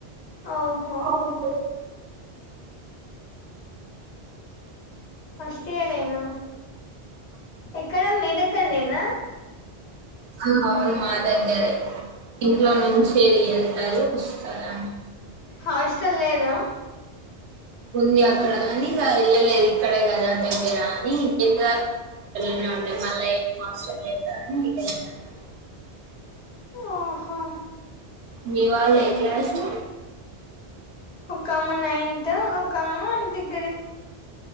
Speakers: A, on the left; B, on the right.
A: ఓహో
B: అవునా
A: ఫస్ట్ ఇయరేనా ఎక్కడ మీ దగ్గర్నేనా
B: ఆ అవును మా దగ్గరే ఇంట్లో నుంచి ఎళ్తరు వస్తారు అం
A: హాస్టల్ లేదా
B: ఉంది అక్కడ గాని ఇగ ఎళ్ళలేదు ఇక్కడే కదా దగ్గరా అని <inaudible> మళ్ళ ఏం హాస్టల్ వెళ్తదని వెళ్లలే అన్నట్టు
A: ఆహా
B: మీ వాల్ ఏ క్లాసు
A: ఒకామ నైన్త్ ఒకామ డిగ్రీ